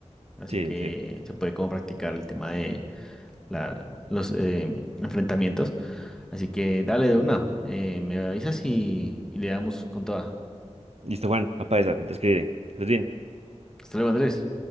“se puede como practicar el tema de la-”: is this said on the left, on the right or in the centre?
Centre